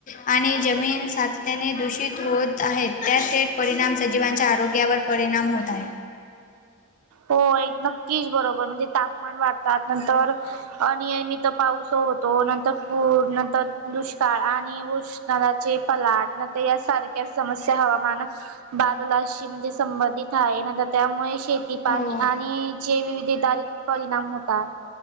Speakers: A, on the left; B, on the right.
A: आणि जमीनसाठी ने दूषित होत आहेत त्यात थेट परिणाम सजीवांच्या आरोग्यावर परिणाम होत आहे
B: हो एक नक्कीच बरोबर म्हणजे तापमान वाढतात नंतर आणि मी तर पाऊस होतो नंतर पूरणंतर दुष्काळ आणि उष् त् नदाचे पलाट न ते या सारख्या समस्या हवामान बादलाशी म्हणजे संबंधित आहे ना तर त्यामुळे श पाणी
A: हो
B: आणि जे विविध दारी परिणाम होतात